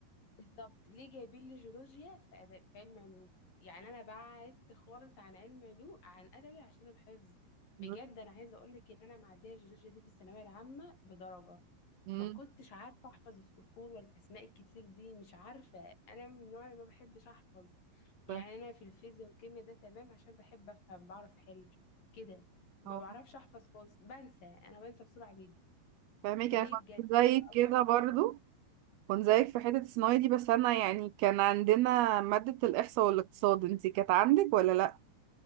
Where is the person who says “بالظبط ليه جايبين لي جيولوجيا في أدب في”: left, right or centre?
Left